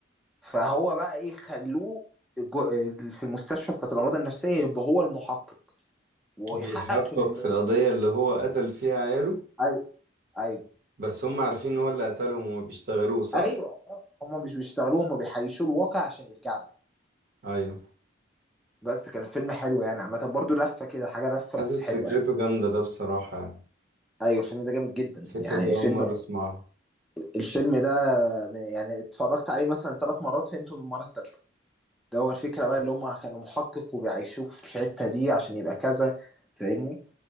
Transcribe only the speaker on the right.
بيحقق
في القضية
اللي هو قتل فيها عياله
بس هم عارفين إن هو اللي قتلهم وما بيشتغلوه صح؟
أيوه
حاسس
فكرته
جامدة ده بصراحة يعني
الفكرة
دي أول
مرة أسمعها